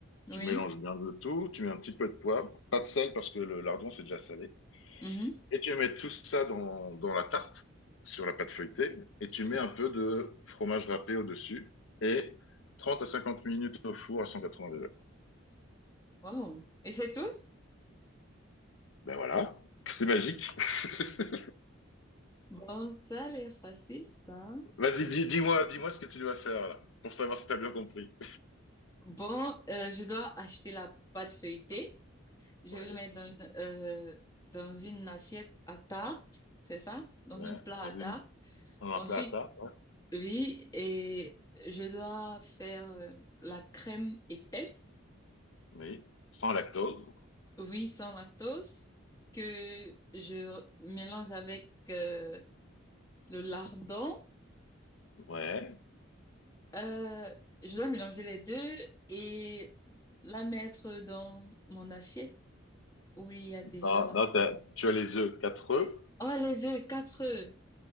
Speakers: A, on the left; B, on the left.
A: Oui.
B: Tu mélanges bien le tout, tu mets un petit peu de poivre, pas de sel parce que le lardon c'est déjà salé.
A: Mhm.
B: Et tu mets tout ça dans, dans la tarte, sur la pâte feuilletée, et tu
A: Oui.
B: mets un peu de fromage râpé au-dessus, et 30 à 50 minutes au four à 180 degrés.
A: Wow. Et c'est tout?
B: Ben voilà, c'est magique. <laughs>
A: Bon, ça a l'air facile, ça.
B: Vas-y, dis, dis-moi, dis-moi ce que tu dois faire là, pour savoir si tu as bien compris.
A: Bon, euh, je dois acheter la pâte feuilletée. Je
B: Ouais,
A: vais mettre dans une, euh, dans une assiette à tarte, c'est ça? Dans
B: ouais,
A: un plat
B: dans
A: à
B: une,
A: tarte.
B: dans
A: Ensuite,
B: un plat à tarte, ouais.
A: Oui, et je dois faire euh, la crème épaisse,
B: Oui, sans lactose.
A: oui, sans lactose, que je mélange avec euh, le lardon.
B: Ouais.
A: Euh, je dois mélanger les deux et la mettre dans mon assiette où il y a déjà
B: Non,
A: la...
B: non, t'as- tu as les œufs, quatre œufs.
A: Oh, les œufs, quatre œufs.